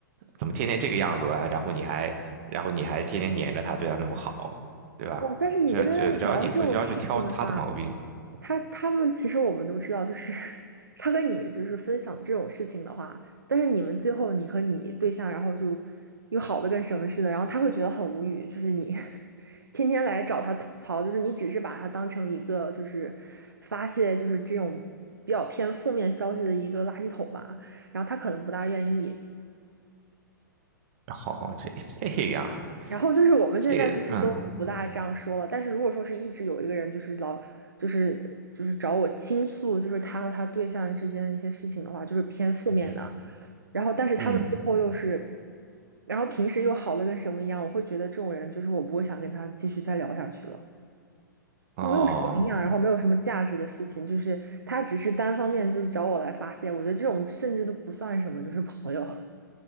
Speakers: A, on the right; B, on the right.
A: 怎么天天这个样子啊，然后你还然后你还天天黏着他，对他那么好，对吧？
B: 哦，但是你跟他聊这种事情的话，
A: 只只只要你不要去挑他的毛病，
B: 他他们其实我们都知道，就是 <laughs> 他跟你就是分享这种事情的话，但是你们最后你和你对象，然后就又好的跟什么似的，然后他会觉得很无语，就是你 <laughs> 天天来找他吐槽，就是你只是把他当成一个就是发泄就是这种比较偏负面消息的一个垃圾桶吧，然后他可能不大愿意，
A: 好好，这这样，
B: 然后就是我们现在就是都不大这样说了，
A: 这个，嗯嗯
B: 但是如果说是一直有一个人就是老就是就是找我倾诉，就是他和他对象之间的一些事情的话，就是偏负面的。
A: 嗯
B: 然后但是他们最后又是，
A: 嗯，
B: 然后平时又好的跟什么一样，我会觉得这种人就是我不会想跟他继续再聊下去了，
A: 哦，
B: 就没有什么营养，然后没有什么价值的事情，就是他只是单方面就是找我来发泄，我觉得这种甚至都不算什么，就是朋友。